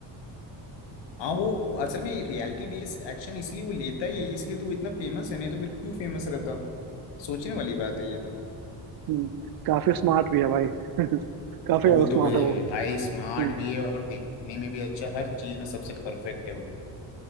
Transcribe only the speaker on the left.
हाँ वो असल में रियलिटी बेस्ड एक्शन इसलिए वो लेता ही है इसलिए तो वो इतना फेमस है नहीं तो फिर क्यों फेमस रहता सोचने वाली बात है ये तो
वो
तो ये
भाई स्मार्ट
भी है और देखने में भी अच्छा हर चीज में सबसे परफेक्ट है वो